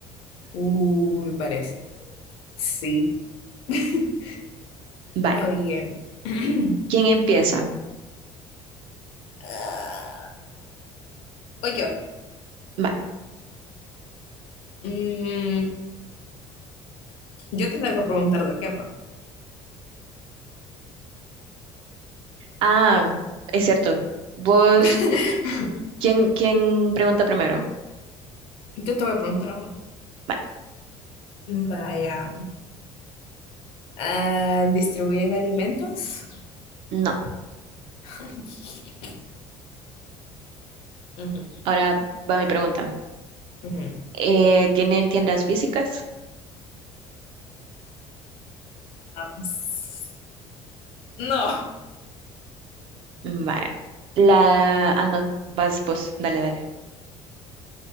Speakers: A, on the left; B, on the right.
A: Uh, me parece. Sí, <laughs>
B: Vale.
A: está bien. <clears throat>
B: ¿Quién empieza?
A: Ah, Voy yo.
B: Vale.
A: Mm, yo te tengo que preguntar de qué va.
B: Ah, es cierto. Vos,
A: <laughs>
B: ¿quién, quién pregunta primero?
A: Yo te voy a preguntar a vos.
B: Vale.
A: Vaya. Ah, ¿distribuyen alimentos?
B: No.
A: <laughs> Ujú,
B: Ahora va mi pregunta.
A: ujú.
B: Eh, ¿tienen tiendas físicas?
A: Ah, s- no.
B: Vale. La... Ah, no. Vas vos. Dale, dale.